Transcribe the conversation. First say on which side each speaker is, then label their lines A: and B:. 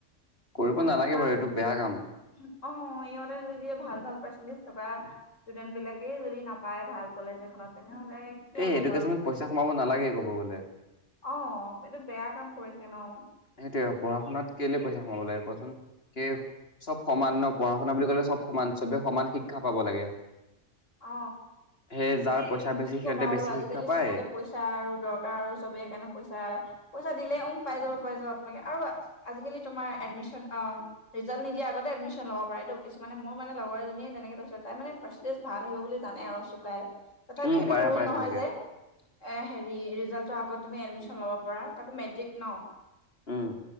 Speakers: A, on the left; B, on the left.
A: কৰিব
B: মানে
A: নালাগে
B: তোমাৰ
A: বাৰু এইটো বেয়া কাম
B: অ সিহঁতে যদি ভাল ভাল পাৰ্চেন্টেজ থকা ষ্টুডেন্ট বিলাক তাক যদি নাপায় ভাল কলেজ এখনতে তেনেহলে কি
A: এই
B: হ'ব
A: এডুকেশ্যনত
B: বাৰু
A: পইচা সোমাব নালাগে ক'ব গ'লে
B: অ এইটো বেয়া কাম কৰিছে ন
A: সেইটোয়ে পঢ়া শুনাত কেলে পইচা কমাব লাগে কোৱাচোন সেই চব সমান ন পঢ়া শুনা বুলি কলে চব সমান চবে সমান শিক্ষা পাব লাগে
B: অ
A: সেই যাৰ
B: হে
A: পইচা বেছি
B: কি
A: সিহঁতে
B: কবা আৰু
A: বেছি
B: আজিকালি
A: শিক্ষা পায়
B: চবকে পইছা আৰু দৰকাৰ আৰু চবে সেইকাৰণে পইছা পইছা দিলে পাই যাব পাই যাব আপোনোকে আৰু আজিকালি তোমাৰ এডমিশ্যন অ ৰিজাল্ট নিদিয়া আগতে এডমিশন লব পাৰেে' কিছুমানে মোৰো মানে লগৰ এজনীয়ে তেনেকৈ কৈছিল তাই মানে পাৰ্চণ্টেজ ভাল আহিব বুলি জানে আৰু চুকাই তথাপি
A: উম
B: সেইটো
A: পাৰে
B: ৰোল
A: পাৰে
B: নহয়
A: তেনেকে
B: যে এ সেৰি ৰিজাল্টো আকৌ তুমি এডমিচন ল'ব পাৰা তাকো মেট্ৰিক ন
A: উম